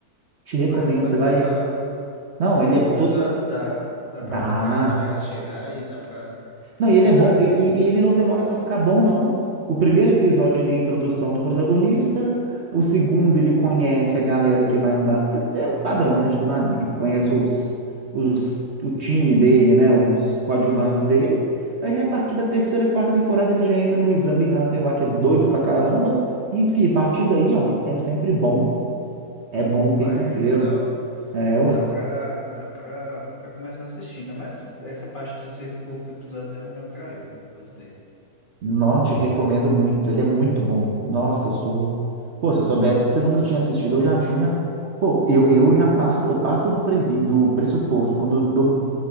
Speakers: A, on the right (about 55°); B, on the left (about 35°).
A: Te recomendo,
B: olha dá pra
A: você
B: tentar.
A: vai. Não,
B: Cento
A: ele
B: e
A: é
B: poucos
A: to-
B: episódios dá. Dá pra
A: Dá.
B: esperar as férias chegar e dá pra, pra
A: Não,
B: nerdar
A: e ele é bom,
B: ali.
A: e, e- e ele não demora pra ficar bom, não. O primeiro episódio ele é a introdução do protagonista, o segundo ele conhece a galera que vai andar, porque é o padrão, né, de todo anime, ele conhece os, os, o time dele, né, os coadjuvantes
B: Aham.
A: dele, aí a partir da terceira, quarta temporada ele já entra no Exame Hunter lá, que é doido pra caramba, e, fi, a partir daí, ó, é sempre bom, é bom o tempo
B: Ué,
A: inteiro.
B: é legal.
A: É, ué.
B: Dá pra, dá pra, pra começar assistindo. Mas essa parte dos cento e poucos episódios ela me atraiu. Gostei.
A: Note, recomendo muito. Ele é muito bom. Nossa, eu sou. Pô, se eu soubesse que você nunca tinha assistido, eu já tinha. Pô, eu, eu já passo, eu parto do, previ... do pressuposto. Quando eu dou